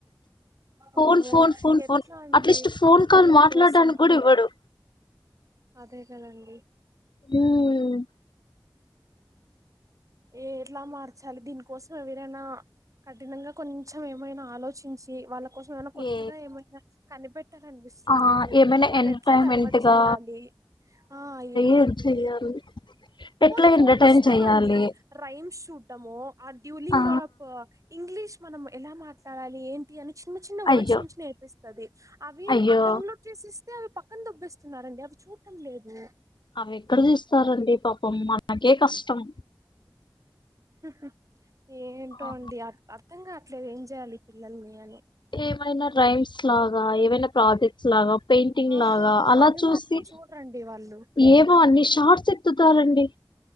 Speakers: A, on the left; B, on the right.
A: ఫోన్
B: అమ్మో
A: ఫోన్ ఫోన్
B: ఎట్లా
A: ఫోన్
B: అండి
A: అట్లీస్ట్ ఫోన్ కాల్
B: దీనికోసం
A: మాట్లాడడానికి కూడా ఇవ్వడు
B: తే కదండి
A: హ్మ్మ్
B: ఏ ఎట్లా మార్చాలి దీనికోసం ఎవరైనా కఠినంగా కొంచెం ఏమైనా ఆలోచించి వాళ్ళకు వల్ల కోసం ఏమన్న కొత్తగా
A: ఏ
B: ఏమైనా కనిపెట్టాలనిపిస్తుందండి
A: ఆ ఏమైనా
B: వాళ్ళు
A: ఎంటర్టైన్మెంట్
B: ఎట్లా డైవర్ట్
A: గా
B: చేయ్యాలి ఆ ఏంటి
A: ఏం చెయ్యాలి ఎట్లా
B: పోనీ
A: ఎంటర్టైన్
B: ఫోన్ ఇస్తామండి
A: చెయ్యాలి
B: రైమ్ ూడ్డమో ఆ డ్యూలింగ్ఫ
A: ఆ
B: ఇంగ్లీష్ మనం ఎలా మాట్లాడాలి ఏంటి అని చిన్న చిన్న వర్డ్స్
A: అయ్యో
B: నుంచి నేర్పిస్తుది అవి
A: అయ్యో
B: డౌన్లోడ్ చేసిేస్తే అవి ప దోబేస్తున్నారు అండి అవి చూడటం లేదు
A: అవి ఎక్కడ తీస్తారండి పాపం మనకే కష్టం
B: హహ ఏంటో
A: ఆ
B: అండి అ అర్థంగా అస్సలు ఎం చేయాలి పిల్లల్ని అని
A: ఏమైనా రైమ్స్ లాగా ఏమైనా ప్రాజెక్ట్స్ లాగా పెయింటింగ్
B: ఆహా
A: లాగా
B: ఆహా
A: అలా
B: అవి
A: చూసి
B: మాత్రం చూడరండి వాళ్ళు
A: ఏమో అన్ని షార్ట్స్ ఎతు సారంండి